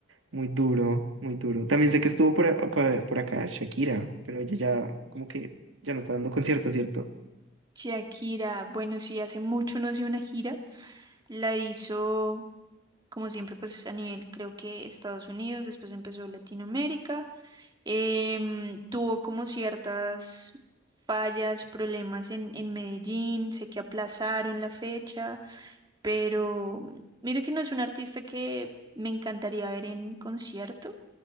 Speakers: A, on the right; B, on the right.
A: muy duro, muy duro. También sé que estuvo por, a- por, por acá Shakira, pero ella ya como que ya no está dando conciertos, ¿cierto?
B: Shakira, bueno, sí, hace mucho no hacía una gira. La hizo, como siempre, pues a nivel, creo que Estados Unidos, después empezó Latinoamérica. Em, tuvo como ciertas fallas, problemas en, en Medellín, sé que aplazaron la fecha, pero mire que no es un artista que me encantaría ver en concierto. O